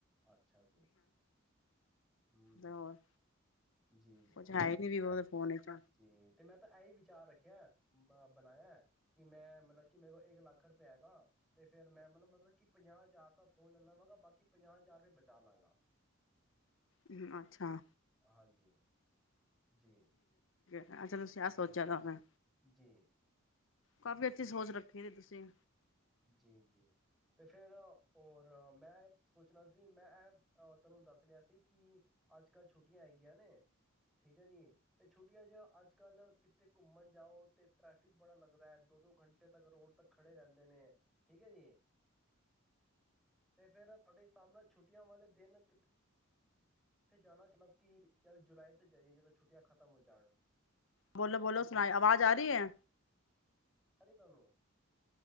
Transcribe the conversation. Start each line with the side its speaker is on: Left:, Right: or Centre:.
Centre: ਅੱਛਾ ਜੀ ਹਮ
Left: ਹੋਰ
Centre: ਜੀ ਜੀ
Left: ਕੁਛ ਹੈ ਹੀ ਨੀ ਵੀਵੋ
Centre: ਤੇ ਮੈਂ
Left: ਦੇ ਫੋਨ ਵਿੱਚ
Centre: ਜੀ ਤੇ ਮੈਂ ਤਾਂ ਇਹੀ ਵਿਚਾਰ ਰੱਖਿਆ ਅ ਬਣਾਇਆ ਕਿ ਮੈਂ ਮਤਲਬ ਕਿ ਮੇਰੇ ਕੋਲ ਇੱਕ ਲੱਖ ਰੁਪਇਆ ਹੈਗਾ ਤੇ ਫੇਿਰ ਮੈਂ ਮਤਲ ਮਤਲਬ ਕਿ ਪੰਜਾਹ ਹਜ਼ਾਰ ਦਾ ਫੋਨ ਲੈ ਲਵਾਂਗਾ ਬਾਕੀ ਪੰਜਾਹ ਹਜ਼ਾਰ ਰੁਪ ਬਚਾ ਲਵਗਾ
Left: ਹਮ ਅੱਛਾ
Centre: ਹਾਂਜੀ ਜੀ
Left: ਅਹ ਚਲਹ
Centre: ਜੀ
Left: ਸੋਚਿਆ ਤਾਂ ਮੈਂ
Centre: ਜੀ
Left: ਕਾਫੀ ਅੱਛੀ ਸੋਚ ਰੱਖੀ ਦੀ ਤੁਸੀਂ
Centre: ਜੀ ਜੀ ਤੇ ਫੇਿਰ ਔਰ ਮੈਂ ਸੋਚਣਾ ਸੀ ਮੈਂ ਇਹਹ ਤੁਹਾਨੂੰ ਦੱਸ ਰਿਹਾ ਸੀ ਕਿ ਅੱਜ ਕੱਲ੍ਹ ਛੁੱਟੀਆਂ ਹੈਗੀਆਂ ਨੇ ਠੀਕ ਹੈ ਜੀ ਤੇ ਛੁੱਟੀਆਂ ਚ ਅੱਜ ਕੱਲ੍ਹ ਕਿੱਥੇ ਘੁੰਮਣ ਜਾਓ ਤੇ ਟ੍ਰੈਫਿਕ ਬੜਾ ਲੱਗਦਾ ਦੋ ਦੋ ਘੰਟੇ ਤੱਕ ਰੋਡ ਤੱਕ ਖੜੇ ਰਹਿੰਦੇ ਨੇ ਠੀਕ ਹੈ ਜੀ ਤੇ ਫੇਿਰ ਤੁਹਾਡੇ ਸਾਹਮ ਨਾਲ ਛੁੱਟੀਆਂ ਵਾਲੇ ਦਿਨ ਕਿ ਇੱਥੇ ਜਾਣਾ ਚਲਬ ਕਿ ਚਾਹ ਜੁਲਾਈ ਜਾਈ ਜਦੋਂ ਛੁੱਟ ਖਤਮ ਹੋ ਜਾਣ
Left: ਬੋਲੋ ਬੋਲੋ ਸੁਣਾਏ ਆਵਾਜ਼ ਆ ਰਹੀ ਹੈ
Centre: ਸ ਤਨੂੰ